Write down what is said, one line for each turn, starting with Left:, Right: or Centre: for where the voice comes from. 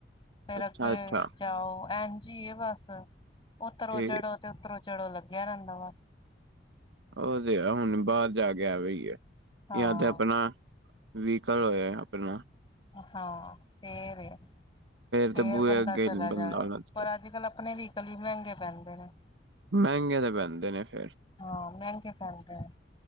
Left: ਫੇਰ
Right: ਅੱਛਾ
Left: ਅੱਗੇ
Right: ਅੱਛਾ
Left: ਜਾਓ ਐਨ ਜੀ ਏ ਬਸ ਉਤਰੋ
Right: ਠੀਕ
Left: ਚੜੋ ਤੇ ਉੱਤਰੋਂ ਚੜੋ ਲੱਗਿਆ ਰੈਂਦਾ ਬਸ।
Right: ਓ ਤੇ ਆ ਹੁਣ ਬਾਅਰ ਜਾ ਕੇ ਐਵੇ ਈ ਐ
Left: ਹਾਂ
Right: ਜਾਂ ਤੇ ਆਪਣਾ ਵੀਕਲ ਹੋਏ ਆਪਣਾ।
Left: ਹਾਂ ਫੇਰ ਏ। ਫੇਰ
Right: ਤੇ ਬੂਹੇ
Left: ਬੰਦਾ
Right: ਅੱਗੇ
Left: ਚਲਾ
Right: ਬੰਦਾ
Left: ਜਾਵੇ
Right: ਆਣਾ ਚਾਹੀਦਾ
Left: ਪਰ ਅੱਜ ਕੱਲ੍ਹ ਆਪਣੇ ਵਹੀਕਲ ਵੀ ਮਹਿੰਗੇ ਪੈਂਦੇ ਨੇ।
Right: ਮਹਿੰਗੇ ਤੇ ਪੈਂਦੇ ਨੇ ਫੇਰ।
Left: ਹਾਂ ਮੈਂਗੇ ਪੈਂਦੇ ਨੇ।